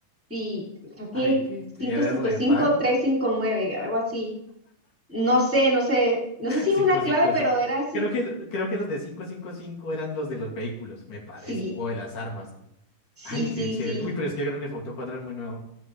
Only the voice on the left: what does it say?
Ay,
que eres
re
fan.
Cinco,
cinco,
cinco.
Creo que, creo que los de 555 eran los de los vehículos, me parece,
o de las armas.
Ay, qué
chévere.
Uy, pero es que el Grand Theft Auto 4 es muy nuevo.